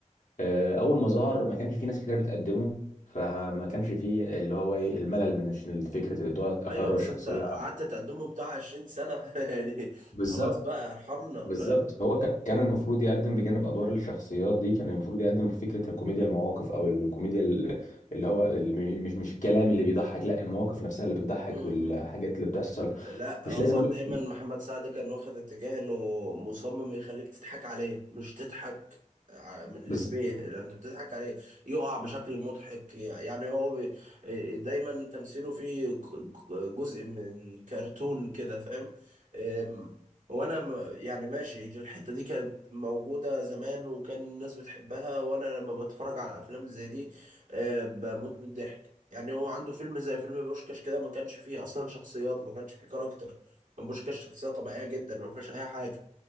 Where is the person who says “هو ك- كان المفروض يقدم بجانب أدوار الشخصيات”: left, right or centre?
Left